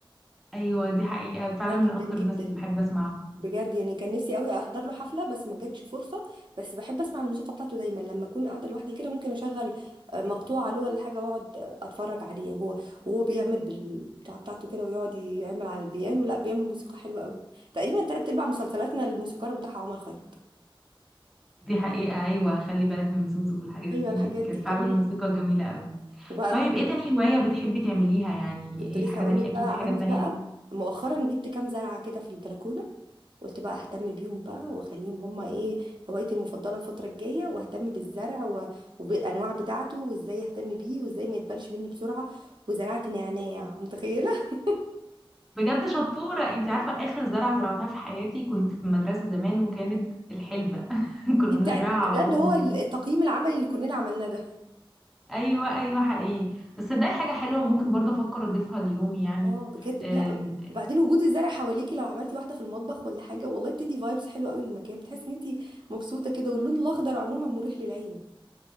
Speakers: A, in the centre; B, on the right.
A: ايوه دي حقيقة فعلا
B: بحبها جدا
A: من اكتر
B: جدا
A: الناس اللي بحب اسمعها
B: بجد يعني كان نفسي قوي احضر له حفله بس ما جاتش فرصه بس بحب اسمع الموسيقى بتاعته دايما لما اكون قاعده لوحدي كده ممكن اشغل آه، مقطوعه له ولا حاجه واقعد آه، اتفرج عليه وهو وهو بيعمل بالبتاع بتاعته كده ويقعد يعمل على البيانو لا بيعمل موسيقى حلوه قوي تقريبا تلات ارباع مسلسلاتنا الموسيقار بتاعها عمر خيرت
A: دي حقيقة ايوه خلي بالك من زوزو والحاجات
B: ايوه
A: دي
B: الحاجات دي
A: كانت
B: جميله
A: فعلا الموسيقى جميلة قوي
B: وبقى
A: طيب ايه تاني هواية بتحبي تعمليها يعني
B: كنت
A: ايه
B: لسه
A: حاجة
B: هقول
A: تانية
B: لك
A: اكيد
B: بقى
A: في حاجة
B: عندي
A: تانية
B: بقى مؤخرا جبت كام زرعه كده في البلكونه قلت بقى اهتم بيهم بقى واخليهم هما ايه هوايتي المفضله الفتره الجايه واهتم بالزرع و... وبالانواع بتاعته وازاي اهتم بيه وازاي ما يتبلش مني بسرعه وزرعت نعناع متخيله <laughs>
A: بجد شطورة انت عارفة اخر زرعة زرعتها في حياتي كنت في المدرسة زمان وكانت الحلبة <laughs> كنا
B: دي بتاعت
A: بنزرعها على
B: ده
A: قطن
B: اللي هو التقييم
A: كده
B: العملي اللي كلنا عملناه ده
A: ايوه ايوه حقيقي بس صدقي حاجه حلوه ممكن برضه افكر اضيفها ليومي يعني
B: اه بجد
A: أم،
B: لا أيوة. وبعدين وجود الزرع حواليكي لو عملتي واحده في المطبخ ولا حاجه والله بتدي فايبس حلوه قوي للمكان بتحسي ان انت مبسوطه كده واللون الاخضر عموما مريح للعين